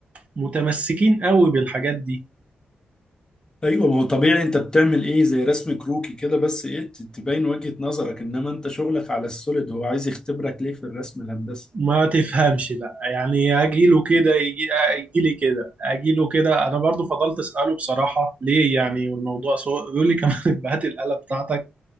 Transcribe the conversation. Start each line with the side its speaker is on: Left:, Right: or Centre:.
Right: متمسكين قوي بالحاجات دي
Left: ايوه ما هو طبيعي انت بتعمل ايه زي رسم كروكي كده بس ايه ت- تبين وجهة نظرك انما انت شغلك على السوليد هو عايز يختبرك ليه في الرسم الهندسي
Right: ما تفهمش بقى يعني اجيله كده يجي يجيلي كده اجيله كده انا برضو فضلت اساله بصراحه ليه يعني والموضوع سوء بيقول لي كمان <laughs> هات الاله بتاعتك